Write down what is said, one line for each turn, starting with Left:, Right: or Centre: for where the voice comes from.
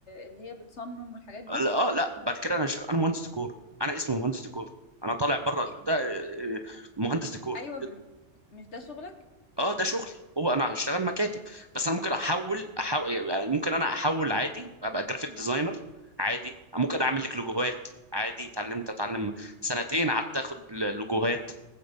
Left: اللي هي بتصمم والحاجات دي
Right: ال- اه لا بعد كده انا هشتغل انا مهندس ديكور انا اسمي مهندس ديكور انا طالع بره
Left: إيه،
Right: ده آه، مهندس ديكور
Left: ايوه م- مش ده شغلك
Right: اه ده شغلي هو انا هشتغل مكاتب بس انا ممكن احول احول يعني ممكن انا احول عادي ابقى جرافيك ديزاينر عادي ممكن اعمل لك لوجوهات عادي اتعلمت اتعلم سنتين قعدت اخد ل- لوجوهات